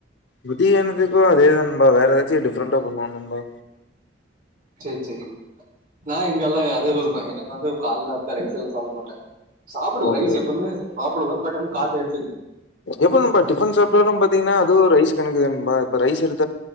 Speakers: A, on the left (about 80°); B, on the right (about 50°).
A: மதியானத்துக்கு அதேதா நண்பா வேற ஏதாச்சு டிஃப்ரெண்டா பண்ணுவோ நண்பா
B: சேரி சேரி நா இங்கெல்லா அதே குடுப்பாங்க எனக்கு வந்து கால்ல ரைஸ் எல்லா சாப்ட மாட்டே சாப்புடுவ
A: ஓகே
B: ரைஸ்
A: ஓகே
B: எப்பவுமே சாப்புடுவ பட் வந்து கால்லியே
A: எப்டி நண்பா டிஃபன் சாப்ட்டாலு பாத்தீங்னா அதுவு ரைஸ் கணக்குதான நண்பா ரைஸ் எடுத்